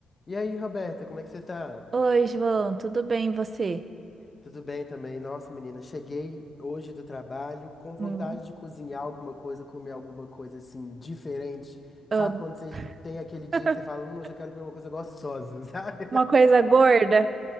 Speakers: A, on the left; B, on the right.
A: E aí, Roberta, como é que você tá?
B: Oi, João, tudo bem e você?
A: Tudo bem também? Nossa, menina, cheguei hoje do trabalho com vontade
B: Hum.
A: de cozinhar alguma coisa, comer alguma coisa assim diferente.
B: Amo.
A: Sabe quando você tem aquele dia
B: <laughs>
A: que você fala, hum, hoje eu quero comer uma coisa gostosa, <laughs> sabe?
B: Uma coisa gorda.